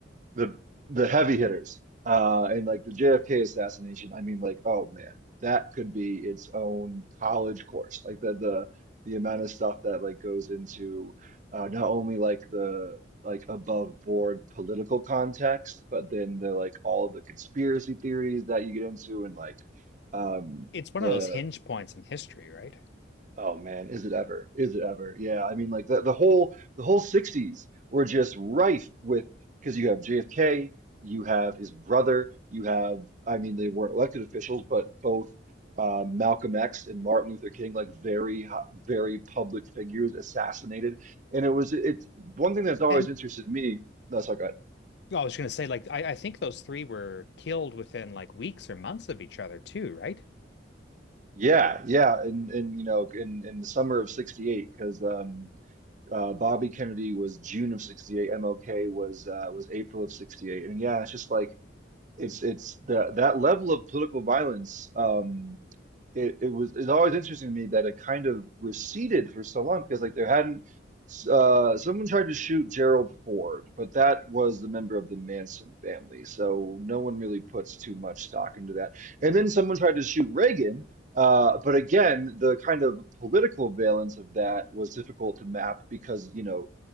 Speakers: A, on the right; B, on the left.
A: the the heavy hitters uh and like the JFK assassination I mean like oh man that could be its own college course like the the the amount of stuff that like goes into uh not only like the like above board political context but then the like all of the conspiracy theories that you get into and like um
B: It's one
A: the
B: of those hinge points in history, right?
A: Oh man, is it ever? Is it ever? Yeah, I mean, like the, the whole the whole 60s were just rife with because you have JFK, you have his brother, you have I mean, they weren't elected officials, but both uh, Malcolm X and Martin Luther King, like very ho- very public figures, assassinated. And it was it's one thing that's always
B: And
A: interested me. That's all good.
B: well, I was going to say, like, I, I think those three were killed within like weeks or months of each other too, right?
A: Yeah, yeah, and and you know, in in the summer of 68, because uh, Bobby Kennedy was June of 68, MLK was uh, was April of 68. And yeah, it's just like it's it's the that level of political violence. Um, it, it was it's always interesting to me that it kind of receded for so long because like there hadn't uh someone tried to shoot Gerald Ford, but that was the member of the Manson family, so no one really puts too much stock into that. And then someone tried to shoot Reagan, uh, but again, the kind of political valence of that was difficult to map because, you know,